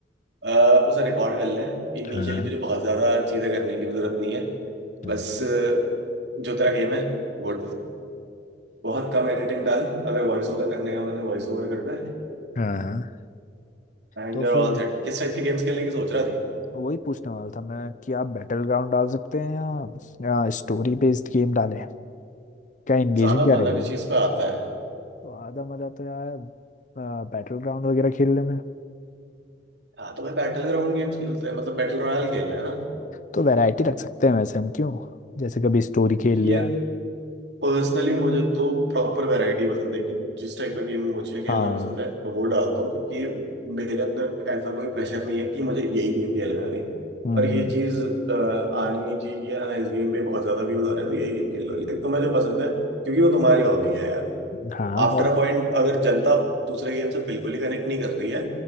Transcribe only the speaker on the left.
हाँ
हाँ
हाँ हाँ
तो
फिर
वही पूछने वाला था मैं कि आप बैटल ग्राउंड डाल सकते हैं या, या स्टोरी बेस्ड गेम डालें क्या एंगेजिंग
क्या
रहेगी
तो आधा मज़ा तो यार बैटल ग्राउंड वगैरह खेलने में
तो वैरायटी रख सकते हैं वैसे हम क्यों जैसे कभी स्टोरी खेल
लिया
हाँ
हम्म
हाँ
हॉब